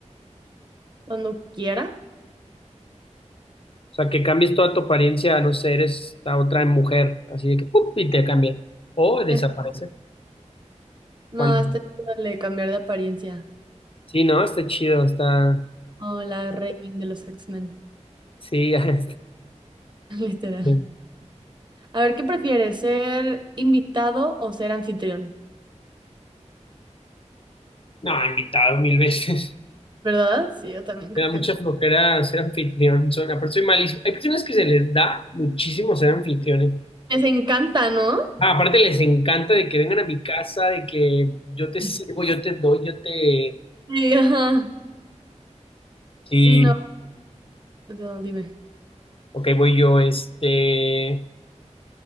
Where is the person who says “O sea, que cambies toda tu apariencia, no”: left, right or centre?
Left